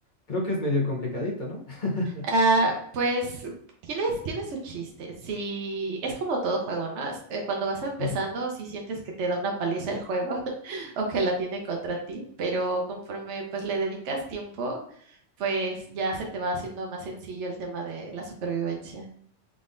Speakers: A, on the left; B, on the right.
A: Creo que es medio complicadito, ¿no? <laughs>
B: Ah, pues tiene, tiene su chiste. Si es como todo juego, ¿no? Es- eh, Cuando vas empezando,
A: Ujú.
B: si sientes que te da una paliza el juego <laughs> o que la tiene contra ti, pero conforme pues le dedicas tiempo pues ya se te va haciendo más sencillo el tema de la supervivencia.